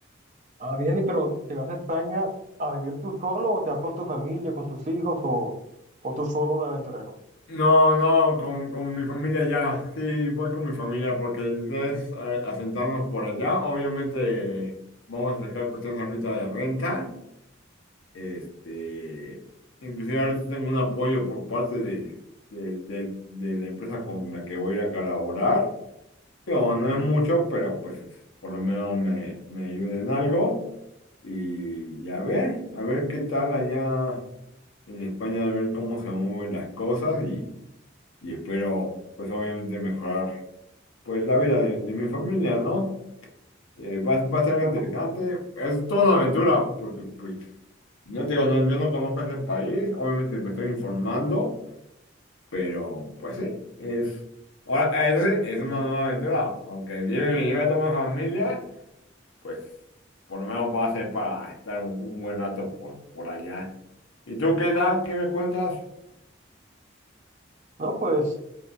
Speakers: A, on the right; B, on the left.
A: Ah, bien, y pero ¿te vas a España a vivir tú solo o te vas con tu familia, con tus hijos o, o tú solo de aventurero?
B: No, no, con, con mi familia ya, sí, voy con mi familia porque ustedes asentarnos por allá, obviamente vamos a sacar cuestiones ahorita de renta, este, inclusive ahorita tengo un apoyo por parte de, de, de- de la empresa con la que voy a colaborar, pero no es mucho, pero pues por lo menos me, me ayuda en algo y, y a ver, a ver qué tal allá en España, a ver cómo se mueven las cosas y espero, pues obviamente mejorar, pues la vida de, de mi familia, ¿no? Eh, va, va a
A: Sí,
B: ser
A: claro.
B: interesante, es toda una aventura, porque pues, no te digo, no- yo no conozco ese país, obviamente me estoy informando, pero pues sí, es, ahora, eso sí, es una nueva aventura, aunque lleve, me lleve a toda mi familia, pues por lo menos va a ser para estar un, un buen rato por, por allá. ¿Y tú qué tal? ¿Qué me cuentas?
A: No, pues